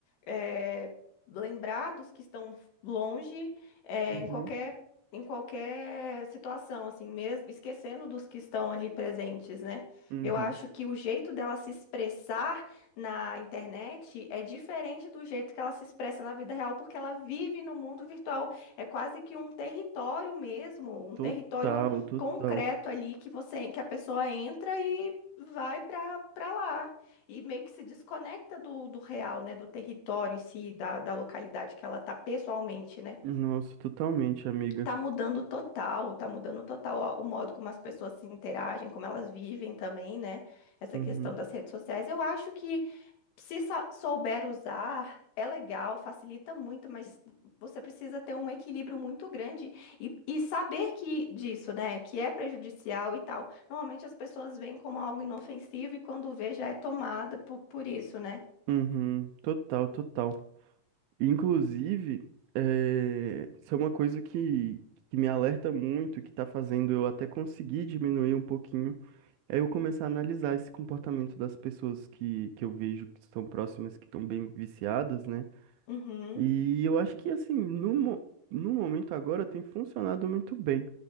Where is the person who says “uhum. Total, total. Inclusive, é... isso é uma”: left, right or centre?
Right